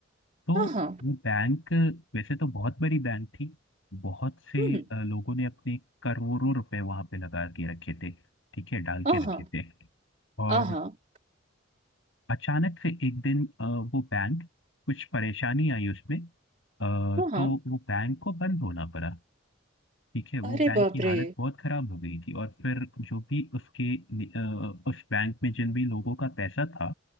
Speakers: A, on the left; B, on the right.
A: तो
B: हाँ हाँ
A: वो बैंक वैसे तो बहुत बड़ी बैंक थी बहुत से
B: हम्म
A: अ, लोगों ने अपने करोड़ों रुपए वहां पे लगा के रखे थे ठीक है डाल
B: हाँ
A: के रखे थे और
B: हाँ
A: अचानक से एक दिन अ, वो बैंक कुछ परेशानी आई उसमें अ,
B: हाँ
A: तो वो बैंक को बंद होना पड़ा ठीक है वो
B: अरे
A: बैंक
B: बाप
A: की हालत
B: रे
A: बहुत खराब हो गई थी और फिर जो भी उसके नि- अ, उस बैंक में जिन भी लोगों का पैसा था